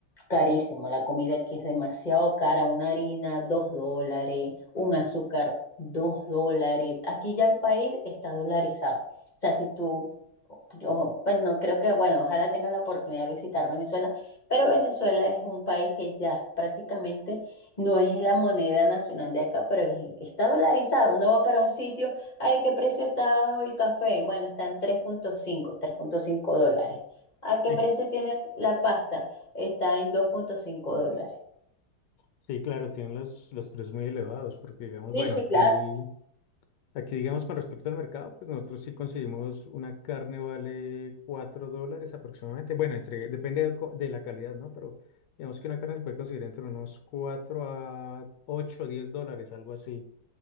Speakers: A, on the left; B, on the left.
A: carísimo, la comida aquí es demasiado cara, una harina, dos dólares, un azúcar, dos dólares. Aquí ya el país está dolarizado. O sea, si tú, ojo, bueno, no creo que, bueno, ojalá tengas la oportunidad de visitar Venezuela, pero Venezuela es un país que ya prácticamente no es la moneda nacional de acá, pero es- está dolarizado. Uno va para un sitio, ay, ¿qué precio está el café? Bueno, está en tres punto cinco tres punto cinco dólares. ¿A qué
B: Sí,
A: precio tiene la pasta? está en dos punto cinco dólares.
B: sí, claro, tienen los, los precios muy elevados porque digamos,
A: Sí,
B: bueno,
A: sí,
B: aquí...
A: claro.
B: Aquí, digamos, con respecto al mercado, pues nosotros sí conseguimos una carne vale 4 dólares aproximadamente. Bueno, entre, depende de, co- de la calidad, ¿no? Pero digamos que una carne se puede conseguir entre unos 4 a 8 o 10 dólares, algo así,